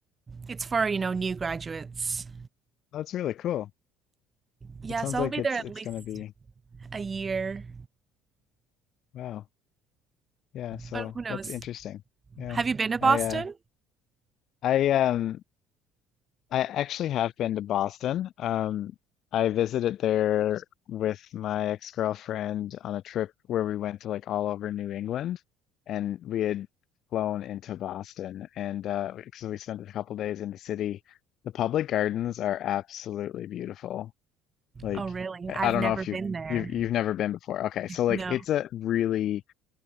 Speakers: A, on the right; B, on the left.
A: it's for, you know, new graduates.
B: That's really cool.
A: Yeah,
B: It sounds
A: so
B: like
A: I'll be
B: it's
A: there at
B: it's
A: least
B: gonna be
A: a year.
B: Wow. Yeah, so
A: But who knows?
B: that's interesting. Yeah.
A: Have you been to Boston?
B: I uh I um I actually have been to Boston. Um I visited there with my ex-girlfriend on a trip where we went to like all over New England and we had flown into Boston and uh so we spent a couple days in the city. The public gardens are absolutely beautiful. Like
A: Oh, really?
B: I
A: I've
B: I don't
A: never
B: know if
A: been
B: you've
A: there.
B: you've you've never been before. Okay, so like
A: No.
B: it's a really